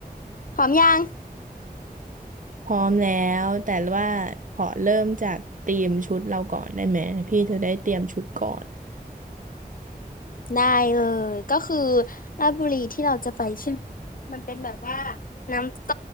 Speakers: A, on the left; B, on the right.
A: พร้อมยัง
B: พร้อมแล้วแต่ว่าขอเริ่มจากธีมชุดเราก่อนได้ไหมพี่จะได้เตรียมชุดก่อน
A: ได้เลยก็คือราชบุรีที่เราจะไปใช่ไหมมันเป็นแบบว่าน้ำต